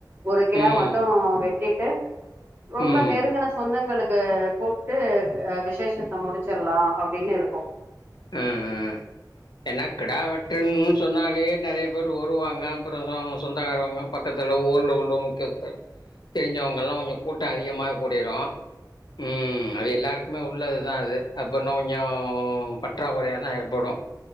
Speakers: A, on the right; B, on the left.
A: ஒரு கிடா
B: ம்
A: மட்டு வெட்டிட்டு ரொம்ப
B: ம்
A: நெருங்கன சொந்தங்களுக்கு கூப்ட்டு அ விசேஷத்த முடிச்சிர்லா அப்டினு இருக்கோ
B: ம் என்னா கெட வெட்டுன்னு சொன்னாலே நெறய பேரே வருவாங்க அப்புற <unintelligible> சொந்தகாரவாங்க பக்கத்துல ஊர்ல உள்ள முக்கியத்தர் தெரிஞ்சவங்கலா கொஞ்சோ கூட்டோ அதிகமாக கூடிரு ம் அது எல்லாருக்குமே உள்ளதுதா அது அப்போ இன்னோ கொஞ்சோ பற்றாக்குறயாதா ஏற்படு